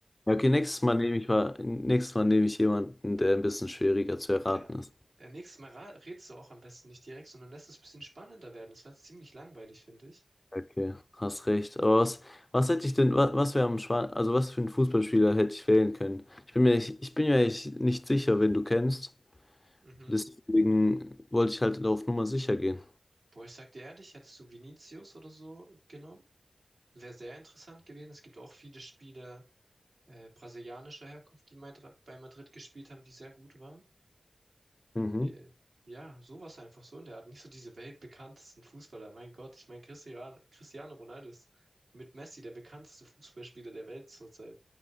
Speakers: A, on the left; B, on the right.
A: Ja, Okay, nächstes
B: dass
A: Mal nehme ich mal, nächstes Mal nehme ich jemanden, der ein bisschen schwieriger zu erraten
B: ja,
A: ist.
B: ja, nächstes Mal ra- rätst du auch am besten nicht direkt, sondern lässt es ein bisschen spannender werden. Das war jetzt ziemlich langweilig, finde ich.
A: Okay, hast recht. Aber was, was hätte ich denn, was, was wäre am Schwan, also was für einen Fußballspieler hätte ich wählen können? Ich bin mir nicht, ich bin mir echt nicht sicher, wen du kennst.
B: Mhm.
A: Deswegen wollte ich halt auf Nummer sicher gehen.
B: Boah, ich sag dir ehrlich, hättest du Vinicius oder so genommen, wäre sehr interessant gewesen. Es gibt auch viele Spieler äh, brasilianischer Herkunft, die Madri- bei Madrid gespielt haben, die sehr gut waren.
A: Mhm.
B: Äh, ja, sowas einfach so in der Art. Nicht so diese weltbekanntesten Fußballer. Mein Gott, ich meine, Cristiano, Cristiano Ronaldo ist mit Messi der bekannteste Fußballspieler der Welt zurzeit.